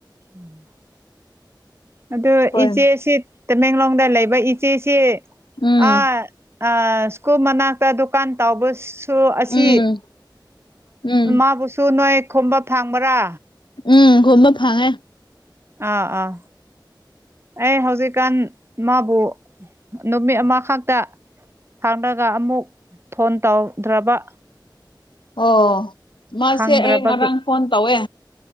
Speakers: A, on the right; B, on the left.
A: ꯎꯝ ꯑꯗꯨ
B: ꯍꯣꯏ
A: ꯏꯆꯦꯁꯤ ꯇꯃꯦꯡꯂꯣꯡꯗ ꯂꯩꯕ ꯏꯆꯦꯁꯤ
B: ꯎꯝ
A: ꯑ ꯑ ꯁ꯭ꯀꯨꯜ ꯃꯅꯥꯛꯇ ꯗꯨꯀꯥꯟ ꯇꯥꯎꯕ ꯁꯨ ꯑꯁꯤ
B: ꯎꯝ ꯎꯝ
A: ꯃꯥꯕꯨꯁꯨ ꯅꯣꯏ ꯈꯣꯝꯕ ꯐꯥꯡꯕ꯭ꯔꯥ
B: ꯎꯝ ꯈꯨꯣꯃꯞ ꯐꯉꯦ
A: ꯑꯥ ꯑꯥ ꯑꯩ ꯍꯧꯖꯤꯛꯀꯥꯟ ꯃꯥꯕꯨ ꯅꯨꯃꯤꯠ ꯑꯃꯈꯛꯇ ꯊꯥꯡꯂꯒ ꯑꯃꯨꯛ ꯐꯣꯟ ꯇꯧꯗ꯭ꯔꯕ
B: ꯑꯣ ꯃꯥꯁꯦ
A: ꯈꯪꯗ꯭ꯔꯕꯒꯤ
B: ꯑꯩ ꯉꯔꯥꯡ ꯐꯣꯟ ꯇꯧꯋꯦ